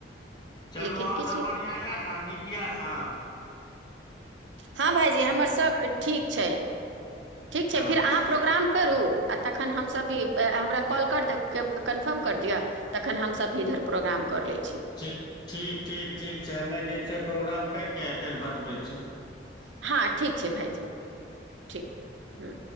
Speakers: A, on the left (about 25°); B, on the right (about 80°).
A: चलू
B: लेकिन
A: ओर
B: किछु
A: सभ बढ़िआँ यए ने नीक यए सभ
B: हँ भाायजी हमर सभ ठीक छै। ठीक छै।
A: चलू
B: फीर हां प्रोग्राम करु तखन हम सब भी हमरा कॉल करदेब के कंफर्म कर दियै तखन हम सब भी इधर प्रोग्राम कर लै छी
A: ठीक ठीक ठीक ठीक छै हमे जे छै प्रोग्राम करिके फेर बतबै छी अच्छा
B: हँ ठीक छै। भइजी ठीक ह